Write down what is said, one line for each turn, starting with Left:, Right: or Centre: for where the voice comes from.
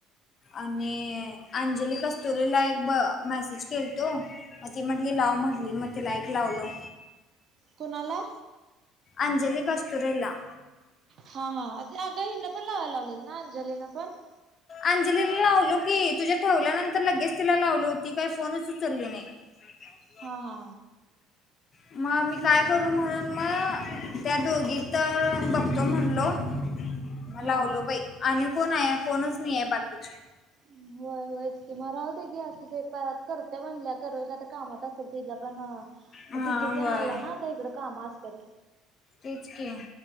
Left: आणि अंजली कस्तुरीला एक ब मेसेज केल तो म ती म्हटली लाव म्हटली मग तिला एकक लावलो
Right: कोणाला
Left: अंजली कस्तूरला
Right: हा हा ते आग हिन पण लावायला लावलेल ना अंजलीन पण
Left: अंजलीला लावलो की तुझ्या ठेवल्यानंतर लगेच तिला लावलो होती काही फोनच चालली नाही. हो जाऊ
Right: हा हा
Left: ह मग आम्ही काय करू म्हणून मग त्या दोघी तर बघतो म्हणलो. म
Right: हा
Left: लावलो बाई आणि कोण आहे कोणच मी आहे बाकीचे.
Right: होय होयच कि मग राह दे गी असं ते परत करते म्हणल्या करल काय तर कामात असेल तिझ पण
Left: हा
Right: तदीथ
Left: वय
Right: ना आलं ना आता इकडं काम असतात
Left: तेच क